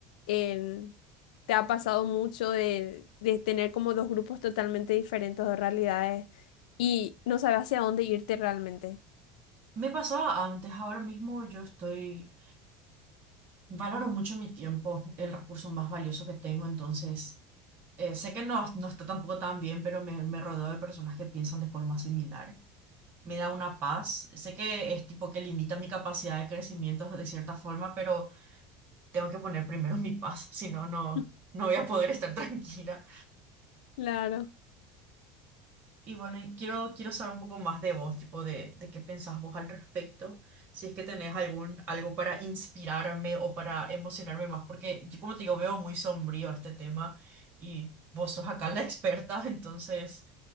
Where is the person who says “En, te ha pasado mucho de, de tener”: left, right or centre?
Left